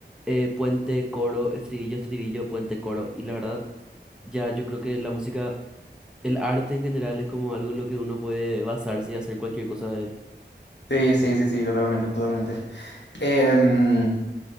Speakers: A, in the centre; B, on the left (about 70°).
A: eh, puente, coro, estribillo, estribillo, puente, coro. Y la verdad, ya yo creo que la música, el arte en general es como algo en lo que uno puede basarse y hacer cualquier cosa de él.
B: Sí, sí, sí, sí, totalmente, totalmente. Em,